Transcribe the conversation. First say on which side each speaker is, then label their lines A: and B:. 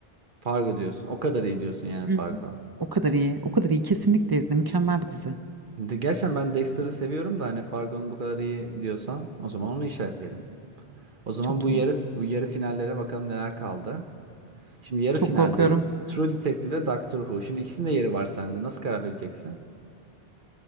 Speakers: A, on the right (about 55°); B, on the right (about 40°).
A: Fargo diyorsun. O kadar iyi diyorsun yani
B: Hı.
A: Fargo.
B: hı. O kadar iyi. O kadar iyi. Kesinlikle izle. Mükemmel bir dizi.
A: De- Gerçekten ben Dexter'ı seviyorum da hani Fargo'nun bu kadar iyi diyorsan o zaman onu işaretleyelim. O zaman
B: Çok
A: bu
B: iyi.
A: yarı bu yarı finallere bakalım neler kaldı. Şimdi yarı
B: Çok
A: finaldeyiz.
B: korkuyorum.
A: True Detective ve Doctor Who. Şimdi ikisinin de yeri var sende. Nasıl karar vereceksin?